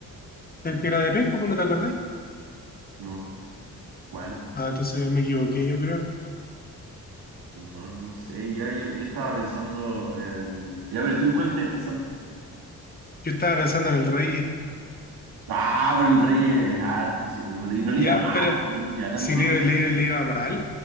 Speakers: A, on the left (about 25°); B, on the right (about 75°).
A: El que era de Penco, pues no te acordáis.
B: No, ¿cuál?
A: Ah, entonces me equivoqué, yo creo.
B: No, no sé, ya, yo, yo estaba pensando en... Ya, pero ¿tú en cuál estás pensando?
A: Yo estaba pensando en el rey.
B: Ah, pero el rey es alto, sí, pues, y no le
A: Ya,
B: iba mal,
A: pero
B: pues, no le iba tan
A: si
B: horrible.
A: le iba, le iba, le iba mal,